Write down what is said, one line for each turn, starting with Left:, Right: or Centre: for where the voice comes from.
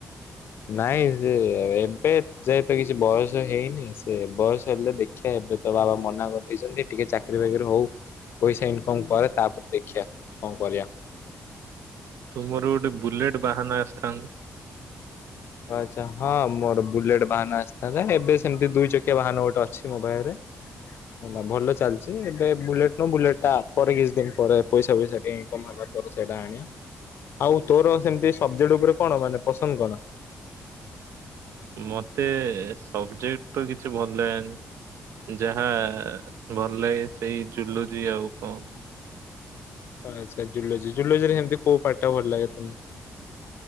Left: ନାଇଁ ସେ ଏବେ ଯାଏ ଏତେ କିଛି ବୟସ ହେଇନି, ସେ ବୟସ ହେଲେ ଦେ ଖିଆ ଏବେ ତ ବାବା ମନା କରିଦେଇଚିନ୍ତି, ଟିକେ ଚାକିରି ବାକିରି ହଉ। ପଇସା ଇନକମ୍ କରେ ତାପରେ ଦେଖିଆ କଣ କରିଆ।
Right: ତୁମର ଗୋଟେ ବୁଲେଟ୍ ବାହାନ ଆସିଥାନ୍ତା।
Left: ଆଚ୍ଛା ହଁ ମୋର ବୁଲେଟ୍ ବାହାନ ଆସିଥାନ୍ତା, ଏବେ ସେମ୍ତି ଦୁଇ ଚକିଆ ବାହାନ ଗୋଟେ ଅଛି ମୋ ପାଖେରେ। ହେଲା ଭଲ ଚାଲ୍ଚି ଏବେ ବୁଲେଟ୍ ନୁହଁ, ବୁଲେଟ୍ ଟା ପରେ କିଛି ଦିନ୍ ପରେ ପଇସା ଫଇସା ଟିକେ ଇନକମ୍ ହେଲା ପରେ ସେଇଟା ଆଣିଆ, ଆଉ ତୋର ସେମତି ସବଜେକ୍ଟ ଉପରେ କଣ ମାନେ ପସନ୍ଦ କଣ?
Right: ମତେ ସବଜେକ୍ଟ ତ କିଛି ଭଲ ଲାଗେନି। ଯାହା ଭଲ୍ ଲାଗେ ସେଇ ଜୁଲଜି ଆଉ କଣ।
Left: ଆଛା ଜୁଲୋଜି, ଜୁଲୋଜି ରେ ସେମ୍ତି କୋଉ ପାଟ୍ ଟା ଭଲ୍ ଲାଗେ ତମୁକୁ।